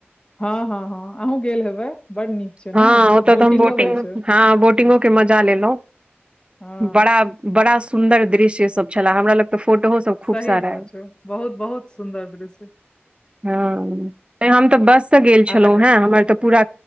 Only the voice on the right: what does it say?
ह ओतऽ
तऽ हम बौटिंग
ह बोटिंगो के मजा लेलौ
बड़ा बड़ा सुंन्दर दृश्य सब छेला हमरा लग तऽ फोटोओ सब खूब
सारा
अइ
हऽ नै हम तऽ बस स गेल
छलौ
हें हमर तऽ पूरा